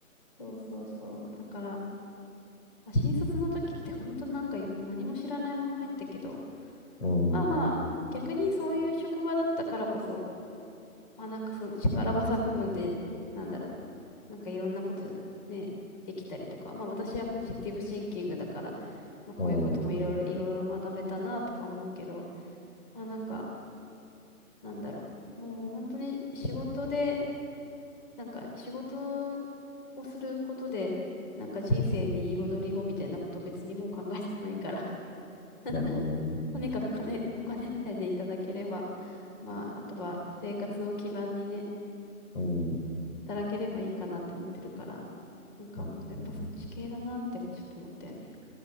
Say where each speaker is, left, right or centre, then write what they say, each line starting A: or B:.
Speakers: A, on the left; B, on the left.
A: そうそうそう。だから、まあ、新卒の時って本当なんか何も知らないまま入ったけど、
B: うん。
A: まあまあ、逆にそういう職場だったからこそ、まあなんかその力技部分で、なんだろう、なんかいろんなことね、できたりとか、まあ私はポジティブシンキングだから、まあこういうこともいろいろいろいろ学べたなとか思うけど、
B: うん。
A: まあなんか、なんだろう、もうもう本当に仕事で、なんか仕事をすることで、なんか人生に彩りをみたいなこと別にもう考えてないから <laughs>
B: なるほどね。
A: とにかく金、お金さえね、いただければ、まあ、あとは生活を基盤にね、
B: うん。
A: 働ければいいかなって思ってるから、なんかもうやっぱそっち系だなってもちょっと思ったよね。
B: なるほどね